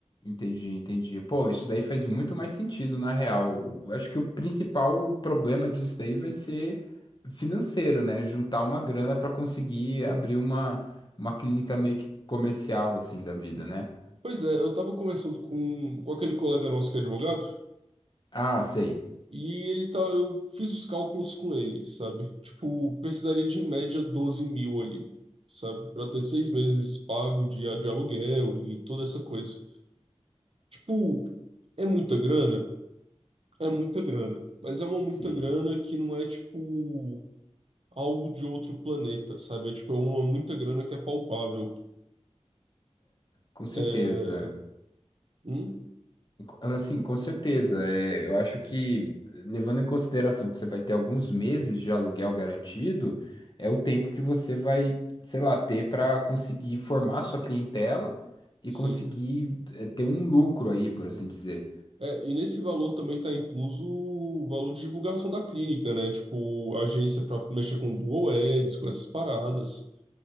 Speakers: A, on the left (about 40°); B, on the right (about 55°).
A: Entendi, entendi. Pô, isso daí faz muito mais sentido, na real. O- Acho que o principal problema disso daí vai ser financeiro, né? Juntar uma grana para conseguir abrir uma, uma clínica meio que comercial, assim, da vida, né?
B: Pois é, eu tava conversando com, com aquele colega nosso que é advogado.
A: Ah, sei.
B: E ele tá, eu fiz os cálculos com ele, sabe? Tipo, precisaria de em média 12 mil ali, sabe? Pra ter seis meses pago de, de aluguel e toda essa coisa. Tipo, é muita grana? É muita grana. Mas é uma muita
A: Sim,
B: grana que não é, tipo, algo de outro planeta, sabe? É, tipo, é uma muita grana que é palpável.
A: com certeza.
B: É... Hum?
A: Assim, com certeza. É, eu acho que, levando em consideração que você vai ter alguns meses de aluguel garantido, é o tempo que você vai, sei lá, ter para conseguir formar sua clientela e
B: Sim.
A: conseguir, é, ter um lucro aí, por assim dizer.
B: É, e nesse valor também está incluso o valor de divulgação da clínica, né? Tipo, agência para mexer com o Google Ads, com essas paradas.